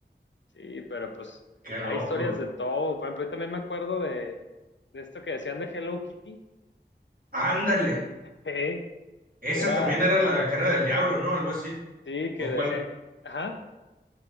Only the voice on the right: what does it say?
Qué loco.
Ándale.
Esa
también era
la cara del diablo, ¿no? Algo así.
¿O
cuál?